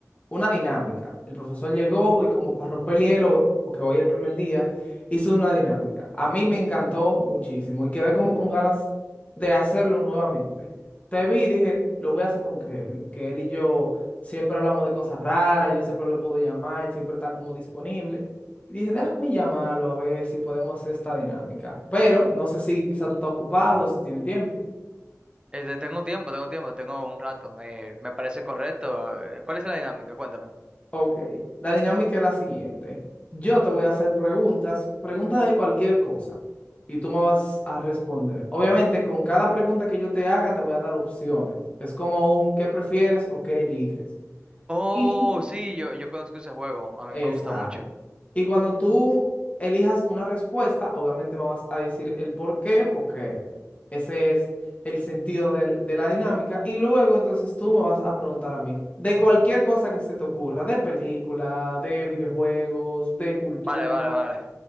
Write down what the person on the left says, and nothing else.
una dinámica. El profesor llegó y como para romper el hielo, porque hoy es el primer día, hizo una dinámica. A mí me encantó muchísimo y quedé como con ganas de hacerlo nuevamente. Te vi y dije, lo voy a hacer con Kevin, que él y yo siempre hablamos de cosas raras, y yo siempre lo puedo llamar, él siempre está como disponible. Y dije, déjame llamarlo a ver si podemos hacer esta dinámica. Pero no sé si quizá tú estás ocupado, si tiene tiempo.
Ok, la dinámica es la siguiente. Yo te voy a hacer preguntas, preguntas de cualquier cosa, y tú me vas a responder. Obviamente, con cada pregunta que yo te haga, te voy a dar opciones. Es como un qué prefieres o qué eliges.
Y
Exacto.
Y cuando tú elijas una respuesta, obviamente me vas a decir el por qué, porque ese es el sentido del- de la dinámica. Y luego entonces tú me vas a preguntar a mí de cualquier cosa que se te ocurra, de película, de videojuegos, de cultura.